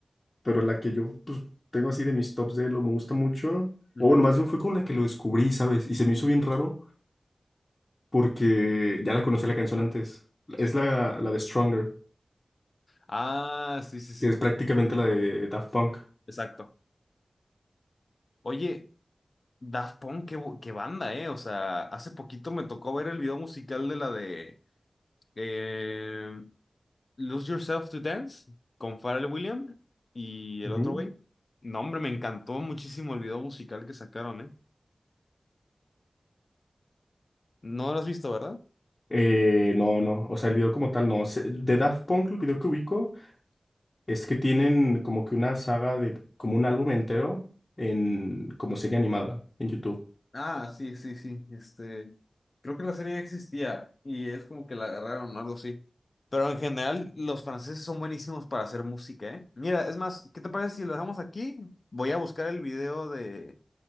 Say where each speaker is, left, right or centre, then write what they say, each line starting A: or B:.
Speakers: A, on the left; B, on the left.
A: pero la que yo pues, tengo así de mis tops de lo me gusta mucho.
B: Ujú.
A: O bueno, más bien fue con la que lo descubrí, ¿sabes? Y se me hizo bien raro porque ya la conocía la canción antes.
B: Sí.
A: Es la, la de Stronger,
B: Ah, sí, sí, sí,
A: que es prácticamente la de Daft Punk.
B: exacto. Oye, Daft Punk, qué, bu- qué banda, ¿eh? O sea, hace poquito me tocó ver el video musical de la de eh, Lose Yourself to Dance con Pharrell Williams y el
A: Ujú.
B: otro güey. No, hombre, me encantó muchísimo el video musical que sacaron, ¿eh? No lo has visto, ¿verdad?
A: Eh, no, no, o sea, el video como tal no. Se- De Daft Punk, el video que ubico es que tienen como que una saga de, como un álbum entero en, como serie animada en YouTube.
B: Ah, sí, sí, sí. Este, creo que la serie ya existía y es como que la agarraron o algo así. Pero en general, los franceses son buenísimos para hacer música, ¿eh? Mira, es más, ¿qué te parece si lo dejamos aquí? Voy a buscar el video de